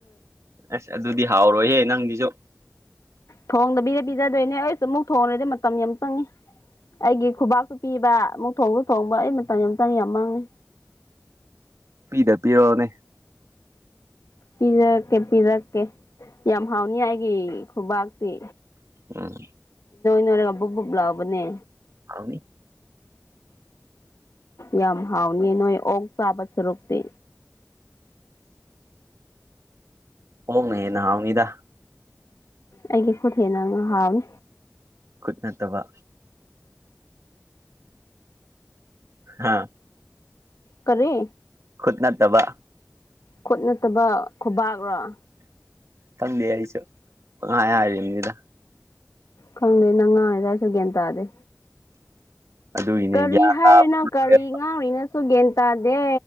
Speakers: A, on the right (about 60°); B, on the left (about 85°).
A: ꯑꯁ ꯑꯗꯨꯗꯤ ꯍꯥꯎꯔꯣꯏꯍꯦ ꯅꯪꯒꯤꯁꯨ
B: ꯊꯣꯡꯗꯕꯤꯗ ꯄꯤꯖꯗꯣꯏꯅꯦ ꯑꯩꯁꯨ ꯑꯃꯨꯛ ꯊꯣꯡꯉꯔꯗꯤ ꯃꯇꯝ ꯌꯥꯝ ꯆꯪꯉꯤ ꯑꯩꯒꯤ ꯈꯨꯕꯥꯛꯇ ꯄꯤꯕ ꯑꯃꯨꯛ ꯊꯣꯡꯁꯨ ꯊꯣꯡꯕ ꯑꯩ ꯃꯇꯝ ꯌꯥꯝ ꯆꯪꯉꯤ ꯌꯥꯝ ꯃꯥꯡꯉꯦ
A: ꯄꯤꯗ ꯄꯤꯔ ꯎꯅꯦ
B: ꯄꯤꯔꯛꯀꯦ ꯄꯤꯔꯛꯀꯦ ꯌꯥꯝ ꯍꯥꯎꯅꯤ ꯑꯩꯒꯤ ꯈꯨꯕꯥꯛꯇꯤ
A: ꯎꯝ
B: ꯔꯒꯕꯨ ꯕꯨꯞ ꯂꯥꯎꯕꯅꯦ
A: ꯍꯥꯎꯅꯤ
B: ꯌꯥꯝ ꯍꯥꯎꯅꯤ ꯅꯣꯏ ꯑꯣꯛ ꯆꯥꯕ ꯁꯔꯨꯛꯇꯛꯇꯤ
A: ꯑꯣꯛꯅꯥ ꯍꯦꯟꯅꯥ ꯍꯥꯎꯅꯤꯗ
B: ꯑꯩꯒꯤ ꯈꯨꯠ ꯍꯦꯟꯅ ꯍꯥꯎꯏ
A: ꯈꯨꯠ ꯅꯠꯇꯕ ꯍꯥꯥ
B: ꯀꯔꯤ
A: ꯈꯨꯠꯅꯠꯇꯕ
B: ꯈꯨꯠ ꯅꯠꯇꯕ ꯈꯨꯕꯥꯛꯔꯣ
A: ꯈꯪꯗꯦ ꯑꯩꯁꯨ ꯄꯪꯍꯥꯏ ꯍꯥꯏꯔꯤꯕꯅꯤꯗ
B: ꯈꯪꯗꯦ ꯅꯪ ꯉꯥꯡꯔꯤꯗꫭꯑꯩꯁꯨ ꯒꯦꯟ ꯇꯥꯗꯦ
A: ꯑꯗꯨꯒꯤꯅꯦ
B: ꯀꯔꯤ ꯍꯥꯏꯔꯤꯅꯣ ꯀꯔꯤ
A: ꯌꯥꯗ꯭ꯔꯦ
B: ꯉꯥꯡꯔꯤꯅꯣ ꯁꯨ ꯒ꯭ꯌꯥꯟ ꯇꯥꯗꯦ